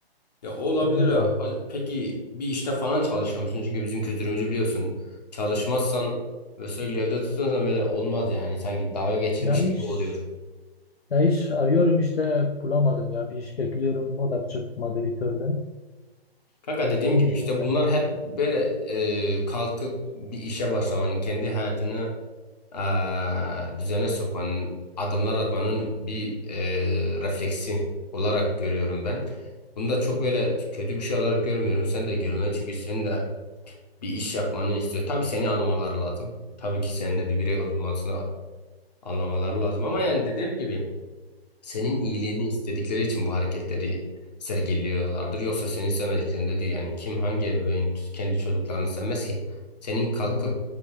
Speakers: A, on the left; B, on the left.
A: Ya o olabilir.
B: Onu
A: ya.
B: da.
A: A- Peki bir işte falan çalışıyor musun? Çünkü bizim kültürümüzü biliyorsun. Çalışmazsan ve sürekli evde tutunsan böyle olmaz yani. Sanki dalga geçilmiş
B: Ya iş.
A: gibi oluyor.
B: Ya iş arıyorum işte bulamadım ya. Bir iş bekliyorum. O da çıkmadı bir türlü.
A: Kanka
B: Bilmiyorum
A: dediğim gibi
B: ki
A: işte
B: ben de.
A: bunlar hep böyle e, kalkıp bir işe başlamanın, kendi hayatını e, düzene sokmanın, adımlar atmanın bir e, refleksi olarak görüyorum ben. Bunu da çok
B: Hı.
A: böyle kötü bir şey olarak görmüyorum. Sen de görme çünkü senin de bir iş yapmanı istiyor. Tabii seni anlamaları lazım. Tabii ki senin de bir birey olmasını anlamaları lazım. Ama yani dediğim gibi. Senin iyiliğini istedikleri için bu hareketleri sergiliyorlardır. Yoksa seni sevmediklerinde değil. Yani kim hangi ebeveyn kendi çocuklarını sevmez ki? Senin kalkıp
B: Hı.